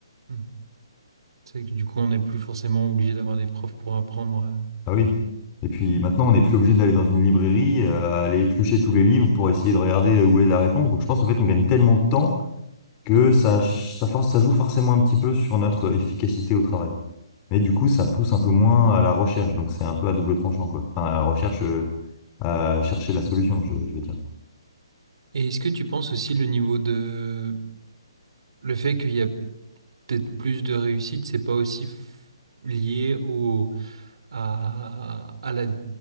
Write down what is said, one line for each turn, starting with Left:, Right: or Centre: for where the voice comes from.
Right: mm. C'est que du coup, on n'est plus forcément obligé d'avoir des profs pour apprendre. euh.
Left: Ah oui. Et puis maintenant, on n'est plus obligé d'aller dans une librairie, euh, aller éplucher tous les livres pour essayer de regarder euh, où est la réponse. Donc je pense en fait on gagne tellement de temps que ça, ch- ça, force, ça joue forcément un petit peu sur notre efficacité au travail. Mais du coup, ça pousse un peu moins à la recherche. Donc c'est un peu à double tranchant, quoi. Enfin, à la recherche, euh, à chercher la solution, je, je veux dire.
Right: Et est-ce que tu penses aussi le niveau de... Le fait qu'il y a peut-être plus de réussite, c'est pas aussi f- lié au... à, à la